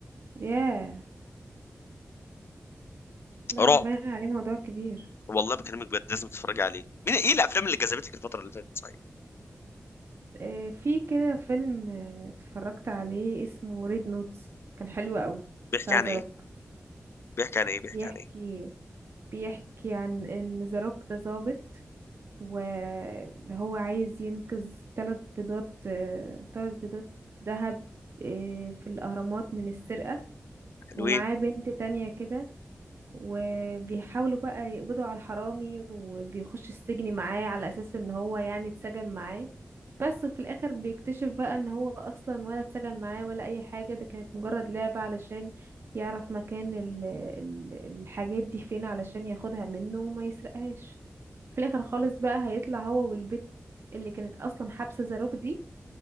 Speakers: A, on the right; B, on the left.
A: ياه لا
B: رعب
A: ده باين عليه موضوع كبير
B: والله بكلمك بجد لازم تتفرج عليه مين ايه الافلام اللي جذبتك الفتره اللي فاتت صحيح
A: آه، في كده فيلم آه، اتفرجت عليه اسمه ريد نوتس كان حلو قوي
B: بيحكي
A: بتاع
B: عن
A: ذا
B: ايه
A: روك
B: بيحكي عن ايه بيحكي
A: بيحكي
B: عن ايه
A: بيحكي عن ان ذا روك ده ظابط وهو عايز ينقذ ثلاث بيضات ثلاث بيضات ذهب آه، في الأهرامات من السرقة
B: حلوين
A: ومعاه بنت تانية كده وبيحاولوا بقى يقبضوا على الحرامي وبيخش السجن معاه على اساس ان هو يعني اتسجن معاه بس وفي الاخر بيكتشف بقى ان هو اصلا ولا اتسجن معاه ولا اي حاجة ده كانت مجرد لعبة علشان يعرف مكان ال ال الحاجات دي فين علشان ياخدها منه وما يسرقهاش في الاخر خالص بقى هيطلع هو والبت اللي كانت اصلا حابسة زاروك دي